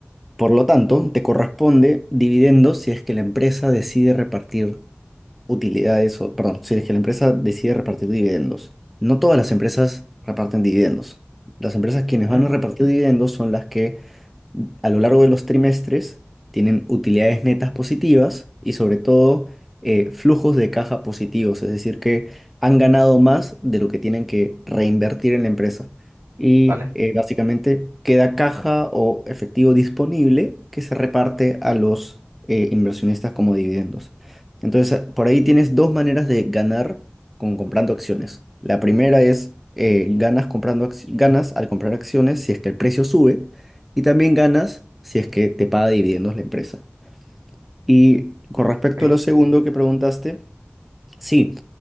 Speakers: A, in the centre; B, on the right (about 85°).
A: por lo tanto, te corresponde dividendos si es que la empresa decide repartir utilidades, o, perdón, si es que la empresa decide repartir dividendos. No todas las empresas reparten dividendos. Las empresas quienes van
B: ¿eh?
A: a repartir dividendos son las que a lo largo de los trimestres tienen utilidades netas positivas y sobre todo eh, flujos de caja positivos, es decir, que han ganado más de lo que tienen que reinvertir en la empresa. Y
B: Vale,
A: eh, básicamente queda caja o efectivo disponible que se reparte a los eh, inversionistas como dividendos. Entonces, por ahí tienes dos maneras de ganar con comprando acciones. La primera es eh, ganas comprando acci- ganas al comprar acciones si es que el precio sube. Y también ganas si es que te paga dividendos la empresa. Y con respecto
B: ok,
A: a lo segundo que preguntaste, sí,